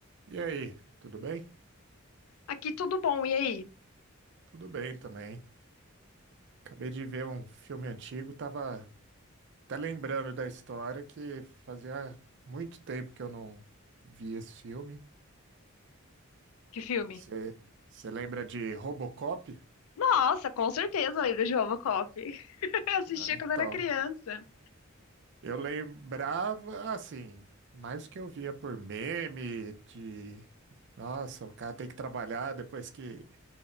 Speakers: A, on the right; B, on the left.
A: E aí, tudo bem?
B: Aqui tudo bom, e aí?
A: Tudo bem também. Acabei de ver um filme antigo, tava até lembrando da história que fazia muito tempo que eu não vi esse filme.
B: Que filme?
A: Você lembra de Robocop?
B: Nossa, com certeza lembro de Robocop. <laughs> Eu assistia
A: Ah, então,
B: quando era criança.
A: eu lembrava assim, mais o que eu via por meme, de nossa, o cara tem que trabalhar depois que,